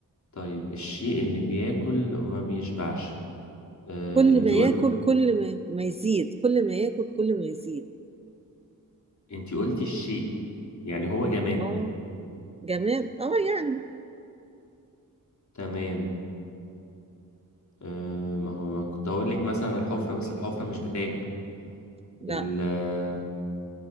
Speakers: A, on the left (about 55°); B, on the right (about 20°).
A: طيب الشيء اللي بياكل وما بيشبعش آه
B: كل
A: انت
B: ما
A: قلت
B: ياكل كل ما ما يزيد كل ما ياكل كل ما يزيد
A: انت قلتي الشيء يعني هو جماد
B: اه جماد اه يعني
A: تمام آه ما هو ما كنت هقول لك مثلا الحفرة بس الحفرة مش بتاكل
B: لا
A: ال- آه،